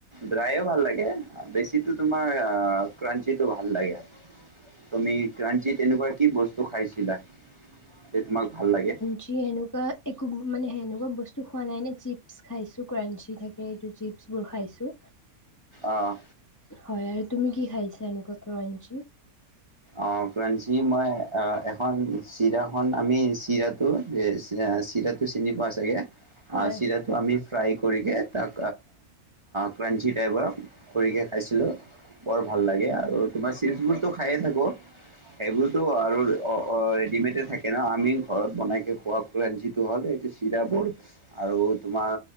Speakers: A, on the right; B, on the left.
A: ড্ৰাইও ভাল লাগে বেছিতো তোমাৰ আহ ক্ৰাঞ্চিটো ভাল লাগে তুমি ক্ৰাঞ্চি তেনেকুৱা কি বস্তু খাইছিলা যে তোমাক ভাল লাগে
B: যি সেনেকুৱা একো মানে সেনেকুৱা বস্তু খোৱা নাই নে চিপছ খাইছোঁ ক্ৰাঞ্চি থাকে এইটো চিপছবোৰ খাইছোঁ
A: আহ
B: হয় আৰু তুমি কি খাইছন কাকণঞ্চ
A: অ কঞ্চি মই এখন চিৰাখন আমি চিৰাটো চিৰাটো চিনি পোৱা চাগে আ
B: হয়
A: চিৰাটো আমি ফ্ৰাই খকৈ তাক ক্ৰাঞ্চি টাইপৰ খৰিকৈ খাইছিলোঁ বৰ ভাল লাগে আৰু আৰু তোমাৰ চি খাই থাকে সেইবোৰতো আৰু ৰেডিমেডে থাকে ন আমি ঘৰত বনাইকে খোৱা ক্ৰাঞ্চিটো হ'ল এইটো চিৰাবোৰ আৰু তোমাৰ